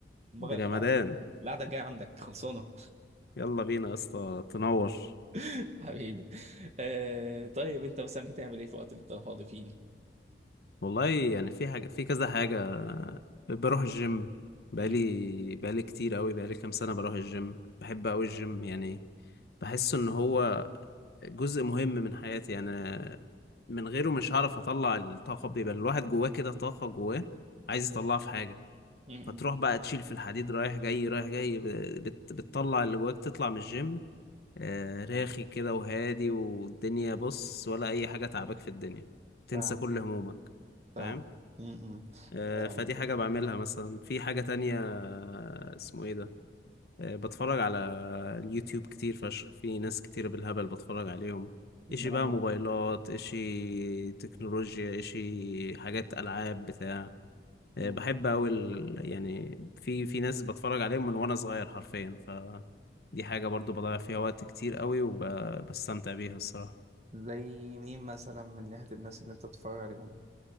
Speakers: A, on the right; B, on the left.
A: المره
B: ده
A: القعده
B: جمدان
A: القعدة الجايه عندك خلصانه
B: يلا بينا يا اسطى تنور
A: <laughs> حبيبي آه طيب انت مثلا بتعمل ايه في الوقت اللي بتبقى فاضي فيه؟
B: والله يعني في حاجة في كذا حاجة بروح الجيم بقالي
A: مم.
B: بقالي كتير قوي بقالي كام سنة بروح الجيم بحب قوي الجيم يعني بحس ان هو جزء مهم من حياتي يعني من غيره مش هعرف اطلع الطاقة بيبقى الواحد جواه كده طاقة جواه عايز يطلعها في حاجة
A: مم.
B: فتروح بقى تشيل في الحديد رايح جاي رايح جاي ب- بت بتطلع اللي جواك تطلع من الجيم آه، راخي كده وهادي والدنيا بص ولا أي حاجة تعباك في الدنيا تنسى
A: فاهم
B: كل همومك
A: فاهمة
B: فاهم
A: م- م.
B: آه،
A: آه،
B: فدي حاجة بعملها مثلا في حاجة تانية آه، اسمه ايه ده آه، بتفرج على اليوتيوب كتير فشخ في ناس كتير بالهبل بتفرج عليهم
A: إدمان
B: اشي بقى
A: بقى
B: موبايلات اشي تكنولوجيا اشي حاجات ألعاب بتاع
A: م.
B: آه، بحب أوي ال- يعني في في ناس بتفرج عليهم من وأنا صغير حرفيا فدي حاجة برضو بضيع فيها وقت كتير أوي وبستمتع بيها الصراحة
A: زي مين مثلا من ناحية الناس اللي أنت بتتفرج عليهم